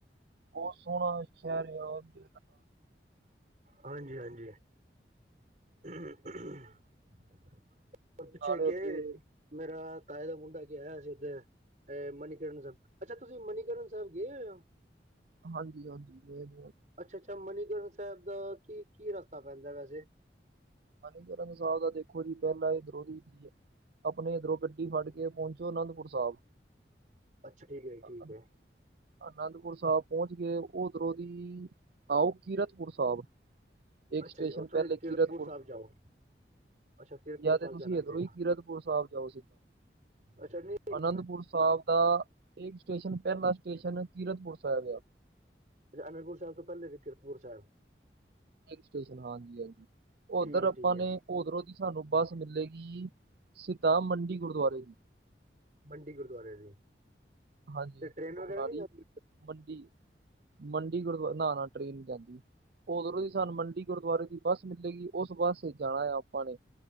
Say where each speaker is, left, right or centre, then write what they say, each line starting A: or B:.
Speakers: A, on the right; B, on the right.
A: ਬੋਹਤ ਸੋਣਾ ਸ਼ਹਿਰ ਯਾਂ ਔਥੇ।
B: ਹਾਂਜੀ-ਹਾਂਜੀ। <unintelligible>
A: ਨਾਲੇ ਉੱਥੇ
B: ਮੇਰਾ ਤਾਏ ਦਾ ਮੁੰਡਾ ਗਿਆ ਆਯਾਂ ਸੀ ਉਦੇ। ਐ, ਮਨੀਕਰਨ ਸਹਿਬ। ਅੱਛਾ ਤੁਸੀਂ ਮਨੀਕਰਨ ਸਹਿਬ ਗਏ ਹੋਏ ਔ?
A: ਹਾਂਜੀ-ਹਾਂਜੀ <unintelligible>
B: ਅੱਛਾ-ਅੱਛਾ, ਮਨੀਕਰਨ ਸਹਿਬ ਦਾ ਕੀ-ਕੀ ਰਸਤਾ ਪੈਂਦਾ ਵੈਸੇ?
A: ਮਨੀਕਰਨ ਸਹਿਬ ਦਾ ਦੇਖੋ ਜੀ, ਪਹਿਲਾ ਏਧਦਰੋ <unintelligible> ਅਪਣੇ ਏੱਧਰੋਂ ਗੱਡੀ ਫੜ ਕੇ ਪਹੁੰਚੋ ਅਨੰਦਪੁਰ ਸਾਹਿਬ।
B: ਅੱਛਾ, ਠੀਕ ਹੈ ਜੀ, ਠੀਕ
A: ਅਨ-
B: ਹੈ।
A: ਅਨੰਦਪੁਰ ਸਾਹਿਬ ਪਹੁੰਚ ਗਏ ਉੱਧਰੋਂ ਦੀਂ। ਆਓ, ਕੀਰਤਪੁਰ ਸਾਹਿਬ ਇੱਕ
B: ਅੱਛਾ
A: ਸਟੇਸ਼ਨ
B: ਜੀ, ਉੱਥੋਂ
A: ਪਹਿਲੇ
B: ਦੀ ਕੀਰਤਪੁਰ
A: ਕੀਰਤ
B: ਸਾਹਿਬ ਜਾਓ, ਅੱਛਾ ਕੀਰਤਪੁਰ
A: ਜਾਂ
B: ਸਾਹਿਬ
A: ਤਾਂ ਤੁਸੀਂ
B: ਜਾਣਾ
A: ਇਧਰੋਂ
B: ਪਏਗਾ।
A: ਹੀ ਸਿੱਧਾ ਕੀਰਤਪੁਰ ਸਾਹਿਬ ਜਾਓ।
B: ਅ ਚਟਨੀ <unintelligible>
A: ਅਨੰਦਪੁਰ ਸਾਹਿਬ ਦਾ ਪਹਿਲਾਂ ਵਾਲਾ ਸਟੇਸ਼ਨ ਕੀਰਤਪੁਰ ਸਾਹਿਬ ਹੈ।
B: ਅਨੰਦਪੁਰ ਸਾਹਿਬ ਤੋਂ ਪਹਿਲਾਂ ਹੈ ਕੀਰਤਪੁਰ ਸਾਹਿਬ।
A: ਸਟੇਸ਼ਨ, ਹਾਂਜੀ-ਹਾਂਜੀ ਉੱਧਰ
B: ਠੀਕ
A: ਆਪਾਂ
B: ਐ, ਠੀਕ
A: ਨੇ
B: ਐ।
A: ਉੱਥੋਂ ਸਾਨੂੰ ਬੱਸ ਮਿਲੇਗੀ ਸਿੱਧਾ ਮੰਡੀ ਗੁਰੂਦੁਅਰੇ।
B: ਮੰਡੀ ਗੁਰਦੁਆਰੇ ਦੀ।
A: ਹਾਂਜੀ,
B: ਤੇ ਟ੍ਰੇਨ ਵਗੈਰਾ
A: ਮੋਨਾਲੀ,
B: ਨਹੀਂ ਜਾਂਦੀ
A: ਮੰਡੀ, ਮੰਡੀ ਗੁਰਦੁਆਰਾ, ਨਾਂ-ਨਾਂ, ਟ੍ਰੇਨ ਨੀਂ ਜਾਂਦੀ। ਔਧਰੋਂ ਦੀ ਸਾਨੂੰ ਮੰਡੀ ਗੁਰਦੁਆਰੇ ਦੀ ਬੱਸ ਮਿਲੇਗੀ। ੳਸ ਬੱਸ ਵਿੱਚ ਜਾਣਾ ਆ ਆਪਾਂ ਨੇ।